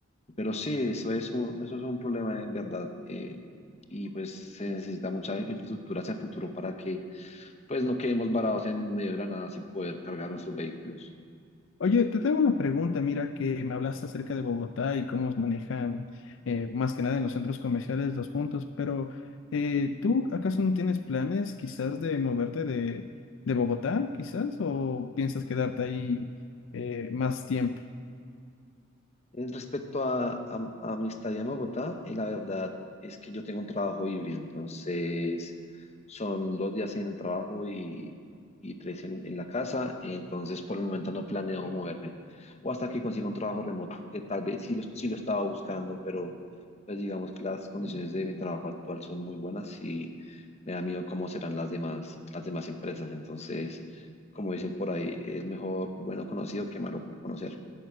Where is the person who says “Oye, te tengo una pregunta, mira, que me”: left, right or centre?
Left